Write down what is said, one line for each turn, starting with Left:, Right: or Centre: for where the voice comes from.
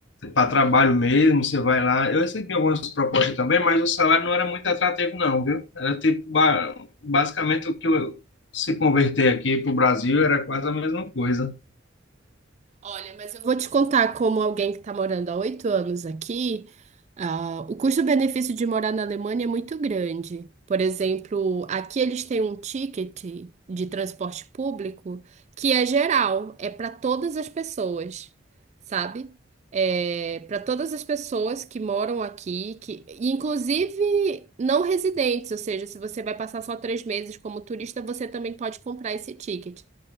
Left: para trabalho mesmo, você vai lá. Eu recebi algumas propostas também, mas o salário não era muito atrativo, não, viu? Era tipo, ba- basicamente o que eu, se converter aqui para o Brasil era quase a mesma coisa.
Right: Olha, mas eu vou te contar como alguém que está morando há oito anos aqui, ah, o custo-benefício de morar na Alemanha é muito grande. Por exemplo, aqui eles têm um ticket de transporte público que é geral, é para todas as pessoas, sabe? É para todas as pessoas que moram aqui, que e inclusive não residentes, ou seja, se você vai passar só três meses como turista, você também pode comprar esse ticket.